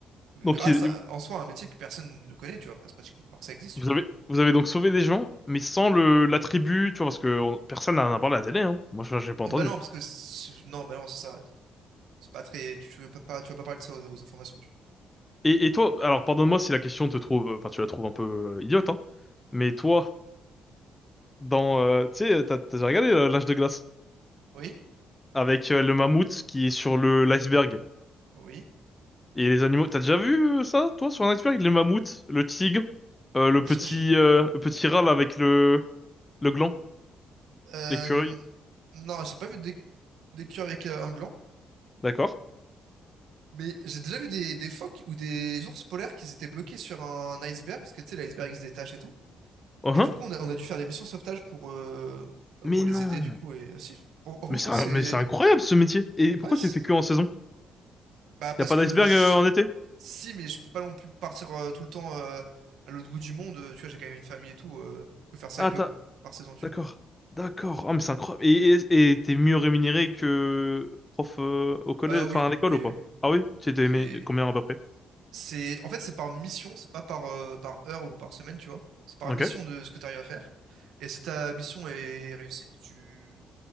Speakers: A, on the right (about 80°); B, on the left (about 15°).
A: grâce
B: Donc il-
A: à, en soi à un métier que personne ne connaît, tu vois, parce- pratiquement, alors que ça existe,
B: vous
A: tu vois.
B: avez, vous avez donc sauvé des gens, mais sans le, l'attribut, tu vois, parce que on- personne n'en a parlé à la télé, hein. Moi, je, j'ai pas
A: Euh,
B: entendu.
A: Bah non, parce que c'est- non, bah non, c'est ça. C'est pas très. Tu veux pas, pas- tu vas pas parler de ça aux, aux informations, tu
B: Et, et toi, alors pardonne-moi si la question te trouve, enfin tu la trouves un peu euh, idiote, hein. Mais toi, dans, euh, tu sais, t'as t'as déjà regardé euh, l'âge de glace
A: vois. Oui,
B: avec euh, le mammouth qui est sur le l'iceberg.
A: oui.
B: Et les animaux, t'as déjà vu euh, ça, toi, sur un iceberg? Les mammouths, le tigre, euh, le
A: je-
B: petit, euh, le petit râle avec le, le gland,
A: Euh,
B: l'écureuil,
A: non, j'ai pas vu des, des queues avec euh, un gland,
B: d'accord?
A: mais j'ai déjà vu des, des phoques ou des ours polaires qui étaient bloqués sur un iceberg, parce que tu sais, l'iceberg il se détache et tout.
B: Uhum.
A: Et du coup, on a, on a dû faire des missions sauvetage pour, euh, bah,
B: Mais
A: pour les
B: non!
A: aider, du coup. Et aussi, franchement,
B: Mais c'est un-
A: c'est.
B: mais c'est incroyable ce métier! Et pourquoi
A: Ouais, c'est-
B: tu le fais que en saison?
A: bah, parce
B: Y a pas
A: que
B: d'iceberg
A: je-
B: euh, en été?
A: si, mais je peux pas non plus partir euh, tout le temps euh, à l'autre bout du monde, euh, tu vois, j'ai quand même une famille et tout, euh, je peux faire ça
B: Ah,
A: que
B: t'as,
A: par saison, tu
B: d'accord,
A: vois.
B: d'accord. Ah mais c'est incroyable. Et, et, et t'es mieux rémunéré que prof euh, au collège,
A: Euh,
B: enfin
A: oui,
B: à l'école
A: oui,
B: ou pas?
A: oui.
B: Ah oui? Tu étais
A: C'est.
B: aimé combien à peu près?
A: C'est, en fait, c'est par mission, c'est pas par, euh, par heure ou par semaine, tu vois. C'est par
B: Ok.
A: mission de ce que tu arrives à faire. Et si ta mission est réussie, tu,